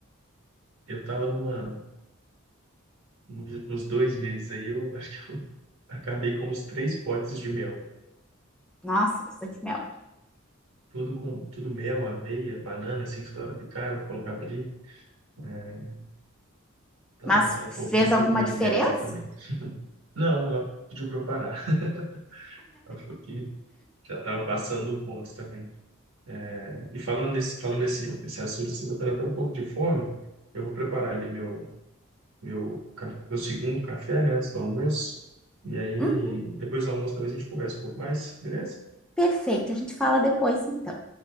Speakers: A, on the right; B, in the centre.
A: eu tava numa, nos nos dois meses aí, eu <laughs> acho que eu acabei com uns três potes de mel.
B: Nossa, bastante mel.
A: Tudo com tudo mel, aveia, banana, assim, que ela picava, eu colocava ali. É, então
B: Mas
A: ela
B: fez
A: cortou um
B: alguma
A: pouco meu
B: diferença?
A: mel aí também. Não, ela pediu para eu parar. <laughs> Ela falou que já estava passando o ponto também. É, e falando nesse, falando nesse, nesse assunto, assim, eu tô tendo até um pouco de fome. Eu vou preparar ali meu, meu, ca- meu segundo café, né, antes do almoço. E aí,
B: Hum,
A: depois do almoço, talvez a gente converse um pouco mais, beleza?
B: perfeito, a gente fala depois então.